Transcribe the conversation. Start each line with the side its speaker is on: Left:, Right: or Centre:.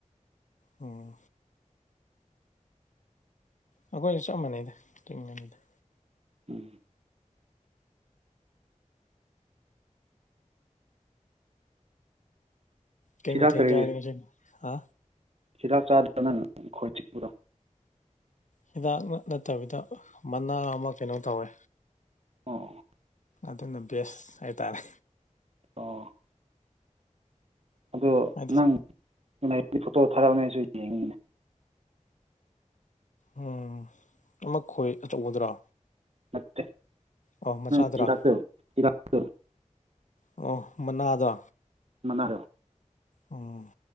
Left: ꯑꯣ ꯑꯩꯈꯣꯏꯁꯨ ꯆꯞ ꯃꯥꯟꯅꯩꯗ <unintelligible>
Right: ꯎꯝ
Left: ꯀꯩ
Right: ꯁꯤꯔꯥ
Left: ꯃꯊꯦꯟ
Right: ꯀꯔꯤ
Left: ꯆꯥꯔꯒꯦ ꯉꯁꯤꯗꯤ ꯍꯥ
Right: ꯍꯤꯗꯥꯛ ꯆꯥꯗꯕ꯭ꯔꯣ ꯅꯪ ꯈꯣꯏ ꯆꯤꯡꯕꯗꯣ
Left: ꯍꯤꯗꯥꯛ ꯅꯠꯇꯕꯤꯗ ꯃꯅꯥ ꯑꯃ ꯀꯩꯅꯣ ꯇꯧꯋꯦ
Right: ꯑꯣ
Left: ꯑꯗꯨꯅ ꯕꯦꯁ ꯍꯥꯏꯇꯥꯔꯦ
Right: ꯑꯣ ꯑꯗꯨ
Left: ꯍꯥꯏꯗꯤ
Right: ꯅꯪ <unintelligible> ꯐꯣꯇꯣ ꯊꯥꯔꯛꯎꯅꯦ ꯑꯩꯁꯨ ꯌꯦꯡꯒꯦꯅꯦ
Left: ꯎꯝ ꯑꯃ ꯈꯣꯏ ꯑꯆꯧꯕꯗꯨꯔꯥ
Right: ꯅꯠꯇꯦ
Left: ꯑꯣ ꯃꯆꯥꯗꯨꯔꯥ
Right: ꯅꯪ ꯍꯤꯗꯥꯛꯇꯣ ꯍꯤꯗꯥꯛꯇꯣ
Left: ꯑꯣ ꯃꯅꯥꯗꯣ
Right: ꯃꯅꯥꯔꯣ
Left: ꯎꯝ